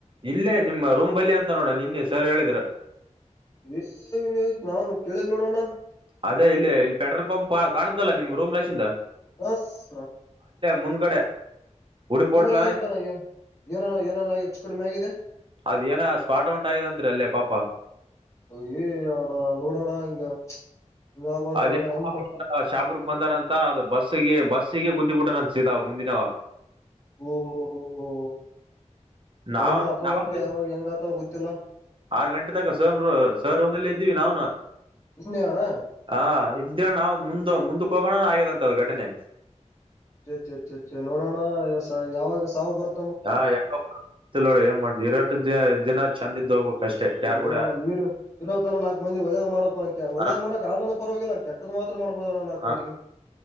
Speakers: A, on the right; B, on the left.
A: ಇಲ್ಲೇ ನಿಮ್ಮ ರೂಮ್ ಬಲ್ಯ ಅಂತ ನೋಡ ನಿನ್ನ ಸರ್ ಹೇಳಿದ್ರ.
B: ಇಲ್ಲೆ ನಾವ್ನ ಕೇಳಿಲ್ ನೋಡಣ.
A: ಅದೇ ಇಲ್ಲಿ ಇಲ್ ಪೆಟ್ರೋಲ್ ಪಂಪ್ ಕಾಣುತ್ತಲ್ಲಾ ನಿಮ್ ರೂಮ್ ಲಾಷಿಂದ.
B: ಅರ್ರಲ್ ರ.
A: ಮುಂದ್ಗಡೆ ಹುಡುಪೋಟ್ಲ
B: ಏನಾಗಿದೆ ಅಂತಾಣ್ಣ ಏನ ಏನ ಏನನ ಹೆಚ್ಚು ಕಡ್ಮೆ ಆಗಿದೆ.
A: ಅದ್ ಏನ ಸ್ಪಾಟ ಉಂಟಾದಂತ್ರಿ ಅಲ್ಲೇ ಪಾಪ.
B: ಅಯ್ಯ ಅಣ ನೋಡಣ ಹಿಂಗ. ಹಿಂಗ ಆಗ್ಬಾರ್ದು
A: ಅದೇ
B: ನೋಡೋಣ ಹೆಂಗ್ ಮಾಡ್
A: ಶಾಬುರ್ಕ್ ಬಂದಾರಂತ ಅದು ಬಸ್ಗೆ ಬಸ್ ಸಿಗಿ ಗುದ್ದಿಬುಟ್ಟನ ಅನ್ಸಿದ ಮುಂದಿನವ.
B: ಓ ಹೋ ಹೋ ಹೋ.
A: ನಾವ್
B: ನೋಡೋಣ ಅಪಘಾತ
A: ನಾಮ್ಗ್
B: ಯಾವಾಗ ಹೆಂಗಾತಾವ ಗೊತ್ತಿಲ್ಲ
A: ಆರು ಗಂಟೆ ತಕ ಸ ಸರ್ ರೂಮಲ್ಲಿ ಇದ್ವಿ ನಾವ್ನು.
B: ನಿನ್ನೆ ಅಣ್ಣ
A: ಹಾ ಇದ್ದೇಳ್ ನಾವು ಮುಂದ ಮುಂದಕ್ಕ ಹೋಗ್ ಬಾ ಆಗೆದಂತ ಘಟನೆ.
B: ಚೇ ಚೆ ಚೇ ಚೆ ನೋಡಣ ಸ ಯಾವಾಗ ಸಾವ್ ಬರ್
A: ಹಾ ಯಾವೋ ಗೊತ್ತಿಲ್ಲ ಏನ್ ಮಾಡ್ದ ಇರಟ ದ ದಿನ ಚಂದ ಇದ ಹೋಗ್ಬೇಕ್. ಅಷ್ಟೇ
B: ಅದೇ
A: ಯಾರ್
B: ಹೋದೋಣ
A: ಕೂಡ
B: ನೀರು ಇರೋತ್ತ ನಾಕ್ ಮಂದಿ ಒಳ್ಳೇದ್ ಮಾಡಕ್ ಒಳ್ಳೇದ
A: ಹಾ,
B: ಮಾಡಕ್ ಆಗ್ಲಂದ ಪರವಾಗಿಲ್ಲ ಕೆಟ್ಟದ್ ಮಾತ್ರ ಮಾಡ್ಬರ್ದಣ್ಣ ನಾಕ
A: ಹಾ.
B: ಮಂದಿಗೆ